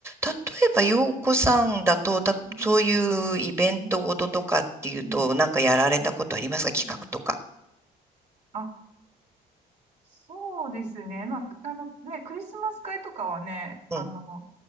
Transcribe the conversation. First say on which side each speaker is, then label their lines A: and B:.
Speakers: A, on the right; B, on the right.
A: 例えば、洋子さんだと、た、
B: うんうん
A: そういうイベントごととかっていうと、
B: うんうんうん
A: なんかやられたことありますか企画とか。
B: うんうんうんそうですね。まあ、くあのね、クリスマス会とかはね、
A: うん。
B: あの、